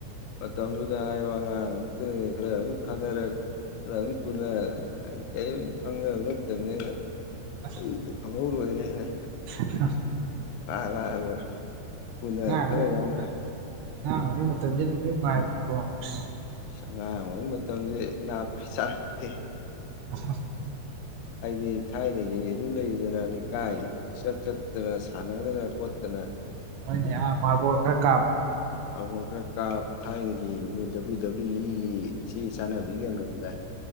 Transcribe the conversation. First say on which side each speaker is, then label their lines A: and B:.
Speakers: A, on the left; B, on the right.
A: ꯃꯇꯝꯗꯨꯗ ꯍꯥꯏꯔꯣ ꯑꯉꯥꯡ ꯉꯥꯛꯇ ꯈꯔ ꯑꯃꯨꯛ ꯈꯠꯅꯔꯛ ꯈꯔꯃꯨꯛ ꯐꯨꯅ ꯀꯔꯤꯝ ꯈꯪꯅꯕ ꯅꯠꯇꯕꯅꯤꯅ
B: ꯑꯁ
A: ꯑꯂꯨꯗ ꯐꯪꯍꯧ ꯂꯣꯏꯔꯦ ꯍꯥꯏꯅꯥ
B: <inaudible>
A: <inaudible> ꯄꯨꯅꯕ
B: ꯑꯉꯥꯡ ꯑꯣꯢꯔꯤ
A: ꯈꯔ
B: ꯃꯇꯝ
A: ꯌꯥꯎꯅ
B: ꯑꯉꯥꯡ ꯑꯣꯢꯔꯤ ꯃꯇꯝꯗꯣ ꯅꯨꯡꯗꯤ ꯅꯨꯡꯉꯥꯢꯕꯅꯤꯀꯣ ꯑꯁ
A: ꯑꯉꯥꯡ ꯑꯣꯏꯔꯤ ꯃꯇꯝꯁꯦ ꯅꯥꯞꯇꯤ ꯆꯔꯛꯇꯦ
B: <inaudible>
A: ꯍꯥꯏꯗꯤ ꯊꯥꯏꯅꯒꯤ ꯑꯗꯨꯝ ꯂꯩꯗꯅ ꯂꯩꯀꯥꯏ ꯆꯠ ꯆꯠꯇꯅ ꯁꯥꯟꯅꯗꯅ ꯈꯣꯠꯇꯅ
B: ꯍꯣꯏꯅꯦ ꯍꯥ ꯃꯥꯔꯕꯣꯜ ꯈꯔ ꯀꯥꯞ
A: ꯃꯥꯕꯣꯜ ꯈꯔ ꯀꯥꯞ ꯊꯥꯏꯅꯗꯒꯤ ꯃꯣꯏ ꯗꯕ꯭ꯂꯤꯎ ꯗꯕ꯭ꯂꯤꯎ ꯏꯒꯤ ꯆꯦ ꯆꯟꯅꯕꯤꯒ ꯌꯥꯝ ꯂꯩꯔꯝꯗꯥꯢ